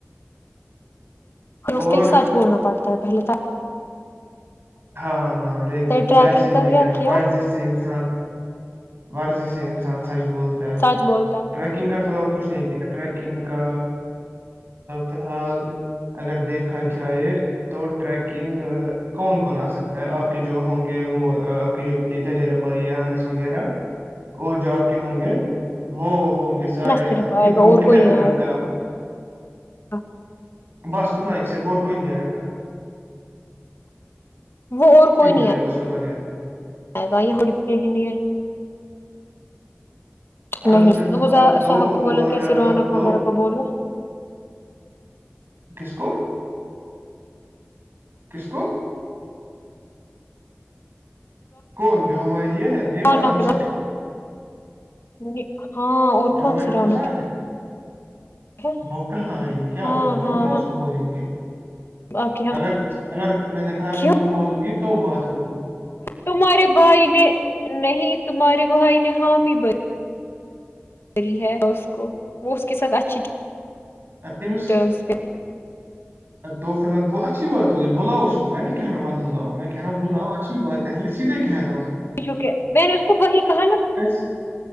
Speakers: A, on the left; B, on the right.
A: پ اس
B: اور
A: کےے سچ بولنا پڑتا پہلے تھا
B: ہاں لیکن
A: ٹریکنگ
B: ویسے ہی
A: کا
B: میں کہہ
A: کیا
B: رہا ہوں
A: کیا
B: مرضی سے انسان ورزی سے انسان سے سچ بولتا ہے
A: سچ بولتا ہے
B: ٹریکنگ کا فی الحال تو کچھ نہیں کیا ٹریکنگ کا فی الحال اگر دیکھا جائے تو ٹریکنگ کون نہ سکتا ہے آپ کے جو ہوں گے وہ آپ کی تجر بھائی انس وغیرہ اور جو آپ کے ہوں گے وہ ہوں گے سارے
A: نہ صرف
B: اب
A: آئے گا
B: وہ
A: اور
B: کتنے
A: کوئی
B: تک
A: نہیں
B: لگتا
A: آئے گا
B: ہے آپ
A: <inaudible>
B: بس اتنا ہی صر اور کوئی نہیں آئے گا
A: وہ اور کوئی نہیں
B: آئے
A: آئے
B: گا اس کے بغیر
A: گائے گا یہک ہی نہیں
B: آج
A: نہیںزا
B: پھر آپ دو
A: صاحب کو بولا
B: اور
A: کیسے رونق
B: ہم دو
A: وغیرہ
B: اور
A: کو بولو
B: کس کو کس کو کون جو ہماری یہ ہے نیب
A: رونق
B: ہمس
A: <inaudible> ہاں اور کون
B: ہمارے
A: سی رونق
B: ہمسائے ہیں
A: ہے
B: وہ کہاں آئے گی کیا
A: ہاں
B: بول رہے
A: ہاں
B: ہم کیا اس کو بولیں گے
A: باقی ہم
B: اگر اگر میں نے کہا اگر
A: کیوں
B: تم بولو گی تو بہت
A: تمہارے بھائی نے نہیں تمہارے روحائی نے حامی بری ری ہے اس کو وہ اس کے ساتھ اچھی
B: تمس <unintelligible>
A: ٹرمس پہ
B: تو پھرت وہ اچھی بات ہو گئی بلاؤ اس کو میں نہیں کہہ رہا ہوں مت بلاؤ میں کہہ رہا ہوں بلاؤ اچھی بات ہےل سیدھے کہہ رہا ہوں
A: کیکہ میں نے اس کو وہی کہا نا
B: بس